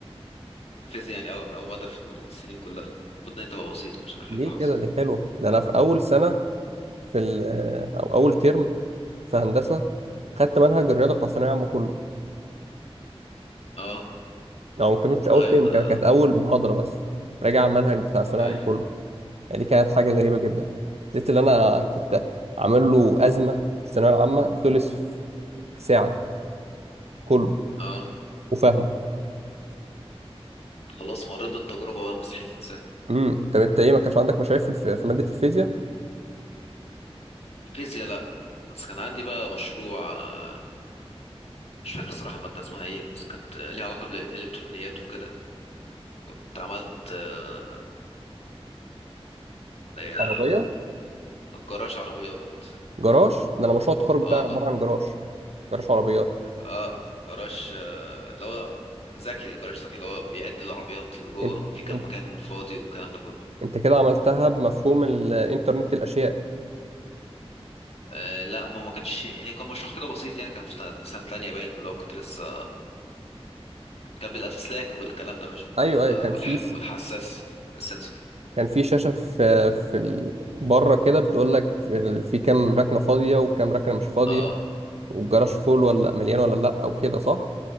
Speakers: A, on the left; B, on the right.
A: الفيزياء يعني اول أول مادة في السنين كلها المفروض ان هي تبقى بسيطة مش عارف
B: ليه
A: ايه اللي حصل
B: كده دي حلوة ده انا في اول سنة في ال- او اول ترم في هندسة خدت منهج الرياضة بتاع ثانوية عامة كله
A: اه
B: او ممكن مش اول
A: ايوه
B: فيلم
A: ده
B: كان كانت اول محاضره بس راجع على المنهج بتاع الثانويه
A: ايوه
B: العامه كله يعني دي كانت حاجه غريبه جدا زيت اللي انا كنت عامل له ازمه في الثانويه العامه خلص في ساعه كله
A: اه
B: وفاهمه
A: خلاص مريت بالتجربة بقى مستحيل تنساها
B: امم طب انت ايه ما كانش عندك مشاريع في في في ماده الفيزياء
A: الفيزياء لا بس كان عندي بقى مشروع آه، مش فاكر الصراحة المادة اسمها ايه بس كانت ليها علاقة بالإلكترونيات وكده كنت عملت آه، اللي هي
B: عربيه
A: جراج عربيات
B: جراج ده انا مشروع التخرج
A: اه
B: بتاعي عباره
A: ب...
B: عن جراج جراج عربيات
A: اه جراج آه، اللي هو ذكي جراج ذكي اللي هو بيعد العربيات اللي جوه
B: انت
A: في كام
B: انت
A: مكان فاضي والكلام ده كله
B: انت كده عملتها بمفهوم الانترنت الاشياء
A: آه لا ما ما كانش يعني كان مشروع كده بسيط يعني كان في سنة سنة تانية باين اللي هو كنت لسه كان بالأسلاك والكلام ده مش
B: ايوه
A: وال...
B: ايوه كان
A: والح...
B: في
A: والحساس السنسور
B: كان في شاشة في في ال- بره كده بتقول لك في ال- في كام ركنة فاضية وكام ركنة مش فاضية
A: اه
B: والجراج فول ولا مليان ولا لا او كده صح؟